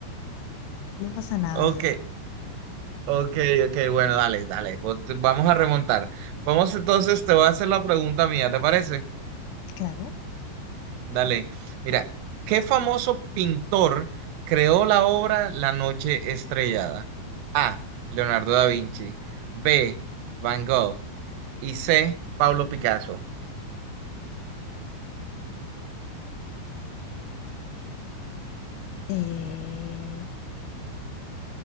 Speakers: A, on the left; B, on the right.
A: No pasa nada,
B: Ok, ok, ok. Bueno, dale, dale. vo- te- Vamos a remontar. Vamos entonces, te voy a hacer la pregunta mía, ¿te parece?
A: claro.
B: Dale. Mira, ¿qué famoso pintor creó la obra La Noche Estrellada? A. Leonardo da Vinci. B. Van Gogh. Y C. Pablo Picasso.
A: Eh,